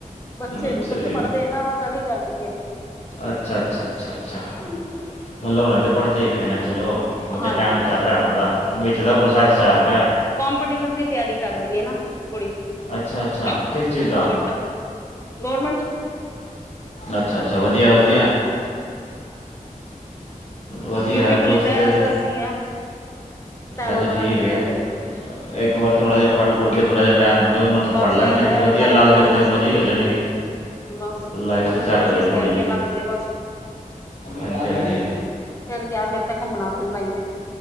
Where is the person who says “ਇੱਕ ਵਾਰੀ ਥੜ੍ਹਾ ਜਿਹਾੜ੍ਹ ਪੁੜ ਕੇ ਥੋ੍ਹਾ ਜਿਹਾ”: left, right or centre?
Left